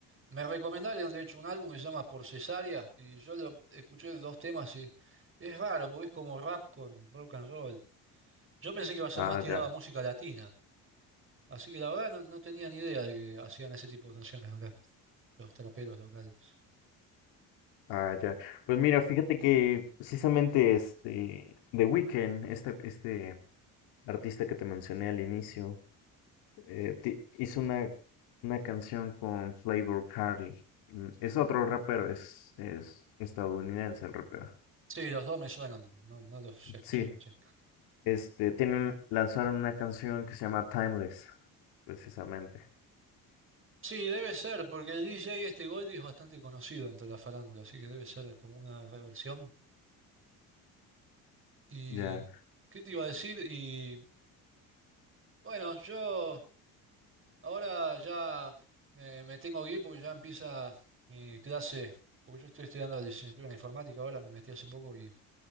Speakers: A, on the right; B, on the left.
A: me recomendaron, de hecho, un álbum que se llama Por Cesárea, y yo lo escuché dos temas y es raro, porque es como rap con rock and roll. Yo pensé que iba a ser
B: Ah,
A: más tirada
B: ya,
A: a música latina. Así que la verdad no, no tenía ni idea de que hacían ese tipo de canciones acá, los traperos locales.
B: ah, ya. Pues mira, fíjate que precisamente este The Weeknd, este, este artista que te mencioné al inicio, eh, ti- hizo una, una canción con Playboi Carti. Mm, Es otro rapero, es, es estadounidense el rapero.
A: Sí, los dos me suenan, no, no los escuché,
B: Sí,
A: pero sí.
B: Este, tienen, lanzaron una canción que se llama Timeless, precisamente.
A: Sí, debe ser, porque el DJ este Goldie es bastante conocido entre la farándula, así que debe ser como una reversión. ¿Y
B: Ya.
A: qué te iba a decir? Y bueno, yo ahora ya me, me tengo que ir porque ya empieza mi clase, porque yo estoy estudiando licenciatura en informática ahora, me metí hace poco y